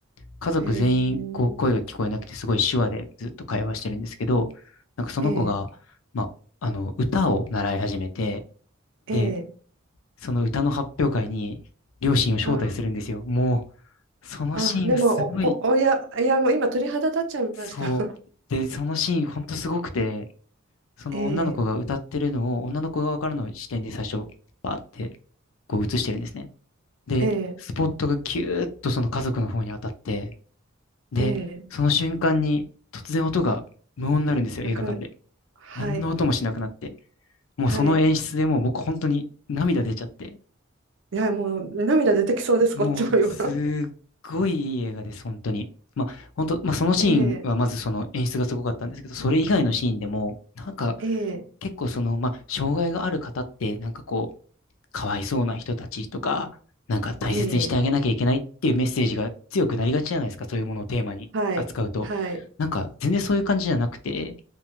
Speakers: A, on the left; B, on the right.
A: 家族全員こう声が聞こえなくてすごい手話でずっと会話してるんですけど、
B: ええ
A: なんかその子が、
B: ええ
A: まあ、あの歌を習い始めて、
B: ええ
A: で、その歌の発表会に両親を招待するんですよ。
B: あ
A: もう、そのシーンがすごい、
B: あ、でも、お、お、おや、いや、もう今鳥肌立っちゃいました。
A: そう。
B: <laughs>
A: で、そのシーンほんとすごくて、その女の子が歌ってるのを女の子側からの視点で最初、
B: ええ
A: バーってこう映してるんですね。で、
B: ええ、
A: スポットがキューッとその家族の方に当たって、で、
B: ええ、
A: その瞬間に突然音が無音になるんですよ、
B: 泣く、
A: 映画館で。
B: はい、
A: 何の音もしなくなって。もうその演出でもう僕本当に涙出ちゃって。
B: はい。いや、もう涙出てきそうです、
A: もうすっごいいい映画です、
B: こっちも今。
A: 本当に。まあ本当、まあそのシーンはまずその演出がすごかったんですけど、
B: <laughs> ええ、
A: それ以外のシーンでも、なんか
B: ええ、
A: 結構その、まあ障害がある方ってなんかこう、かわいそうな人たちとか、なんか大切にしてあげなきゃいけないっていうメッセージが強くなりがちじゃないですか、
B: ええ、
A: そういうものをテーマに扱うと。
B: はい、はい、
A: なんか全然そういう感じじゃなくて、